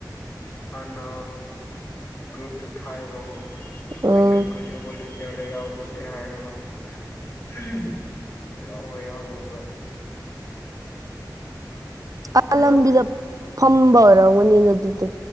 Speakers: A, on the left; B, on the right.
A: ꯍꯥꯟꯅ ꯒ꯭ꯔꯨꯞꯇ ꯊꯥꯏꯕꯀꯣ
B: ꯎꯝ
A: ꯀꯣꯏꯖꯨꯠ ꯀꯣꯏ ꯁꯨ ꯕꯣꯂꯨꯟꯇ꯭ꯌꯔꯗ ꯌꯥꯎꯕꯤꯁꯦ ꯍꯥꯏꯔꯒ <unintelligible> ꯗꯨ ꯌꯥꯎꯕ꯭ꯔꯥ ꯌꯥꯎꯗꯕ꯭ꯔꯥ
B: ꯑ
A: ꯌꯥꯎꯋꯤ
B: ꯂꯝꯕꯤꯗ ꯐꯝꯕ ꯑꯣꯏꯔꯝꯒꯅꯤꯅ ꯑꯗꯨꯗꯤ